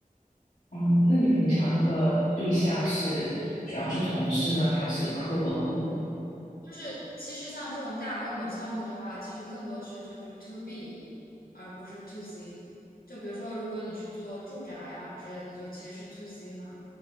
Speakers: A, on the left; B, on the left.
A: 哦，那你平常那个对象是主要是同事呢，还是客户？
B: 就是其实像这种大规模项目的话，其实更多是就是 to B，而不是 to C。就比如说，如果你是做住宅呀之类的，就其实是 to C 嘛。